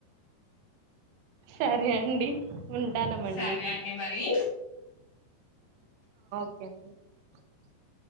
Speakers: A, on the right; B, on the left.
A: సరే అండి ఉంటానమండి
B: సరే అండి మరి
A: ఉ